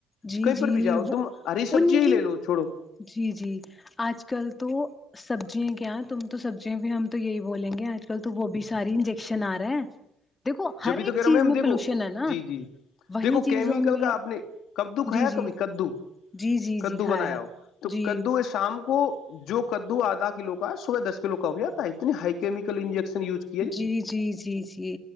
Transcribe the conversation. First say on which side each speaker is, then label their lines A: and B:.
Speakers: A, on the left; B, on the left.
A: جی
B: کہیں
A: جی
B: پر بھی جاؤ
A: وہ
B: تم ہری سبزی
A: ان
B: ہی
A: کی
B: لے لو چھوڑو
A: جی جی آج آ کل تو سبزیں کیا تم تو سبزیاں بھی ہم تو یہی بولیں گے آج کل تو وہ بھی ساری انجک شن آرہا ہے دیکھو ہر
B: جبھی تو
A: ایک
B: کہہ رہا
A: چیز
B: ہوں میم
A: میں
B: دیکھو
A: پولوشن ہے نا
B: جی جی
A: وہی
B: دیکھو
A: چیزوں
B: کیمیکل
A: میں
B: کا آپ نے کدو کھایا
A: جی جی
B: کبھی کدو
A: جی جی
B: کدو
A: جی کھایا
B: بنایا
A: ہے
B: ہو تو
A: جی
B: کدو یہ شام کو جو کدو آدا کلو کا ہے صبح دس کلو کا ہو جاتا ہے اتنی ہائی کیمکل انجیکشن یوز کیا
A: جی جی جی جی